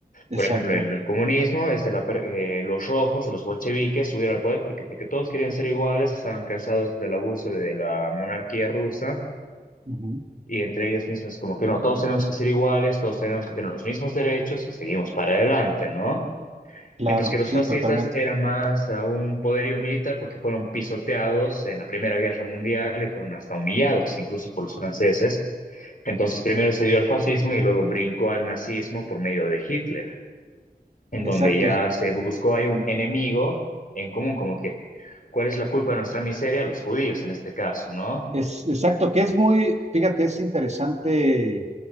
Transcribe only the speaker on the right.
Exacto.
Ujú.
Claro,
sí,
totalmente.
Exacto.
Es, exacto, que es muy, fíjate, es interesante